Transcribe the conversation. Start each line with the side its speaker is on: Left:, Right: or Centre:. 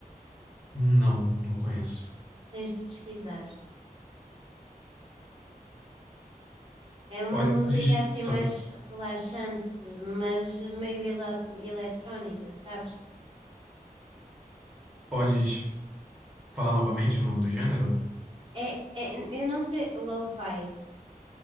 Centre: Não, não conheço.
Right: Tens de pesquisar. É uma
Centre: Podes,
Right: música assim
Centre: só,
Right: mais relaxante, mas meio ele- eletrónica, sabes?
Centre: podes falar novamente o nome do gênero?
Right: É, é, eu não sei, lo-fi.